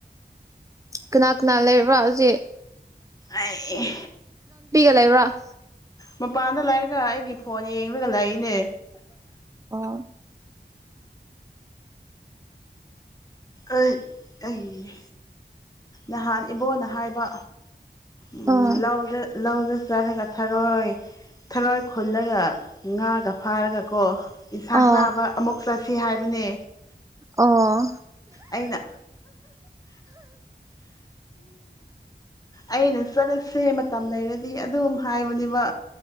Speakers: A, on the right; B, on the left.
A: ꯀꯅꯥ ꯀꯅꯥ ꯂꯩꯕ꯭ꯔꯥ ꯍꯧꯖꯤꯛ
B: ꯑꯩ
A: ꯂꯩꯕꯔꯥ
B: ꯃꯄꯥꯟꯗ ꯂꯩꯔꯒ ꯑꯩꯒꯤ ꯐꯣꯟ ꯌꯦꯡꯂꯒ ꯂꯥꯛꯏꯅꯦ
A: ꯑꯣ
B: ꯑꯩ ꯑꯩꯒꯤ ꯅꯍꯥꯟ ꯏꯕꯣꯅ ꯍꯥꯏꯕ ꯎꯝ
A: ꯑꯣ
B: ꯂꯧꯗ ꯂꯧꯗ ꯆꯥꯔꯒ ꯊꯔꯣꯏ ꯊꯔꯣꯏ ꯈꯨꯜꯂꯒ ꯉꯥꯒ ꯐꯥꯔꯒꯀꯣ ꯏꯟꯁꯥꯡ
A: ꯑꯣ
B: ꯆꯥꯕ ꯑꯃꯨꯛ ꯆꯠꯁꯤ ꯍꯥꯏꯕꯅꯦ
A: ꯑꯣ
B: ꯑꯩꯅ ꯑꯩꯅ ꯆꯠꯂꯁꯦ ꯃꯇꯝ ꯂꯩꯔꯗꯤ ꯑꯗꯨꯝ ꯍꯥꯏꯕꯅꯦꯕ